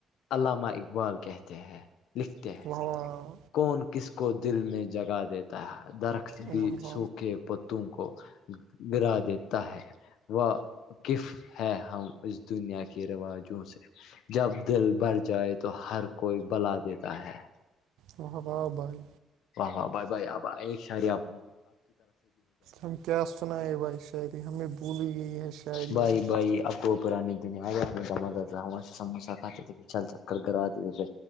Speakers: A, on the left; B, on the right.
A: علامہ اقبال کہتے ہیں لکھتے ہیں
B: واہ واہ
A: کون کس کو دل میں جگا دیتے درخت بھی
B: واہ
A: سوکے پتوں کو گرا دیتا ہے وہ کف ہے ہم اس دنیا کے رواجوں سے جب دل بڑھ جائے تو ہر کوئی بلا دیتا ہے
B: واہ واہ بائی
A: ہاں بھائی بھائی اب ایک ساریپ
B: ہم کیا سنائے بھائی شاعری ہمیں بھول گ یہ شاعرییاں
A: بھائی بھائی آپ کو پرانی دنیا ہے ہمیں جما جا تھا وہ سے سموسہ کھاتے تھے پھر چل چل کرواتےتے تھے